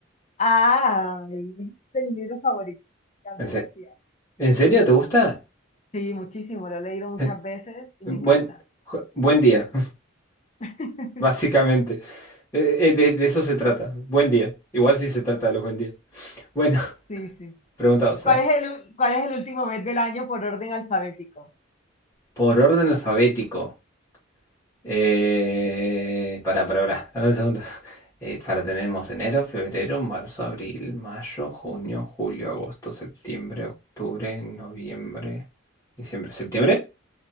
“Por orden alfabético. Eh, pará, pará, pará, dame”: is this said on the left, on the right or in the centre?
Left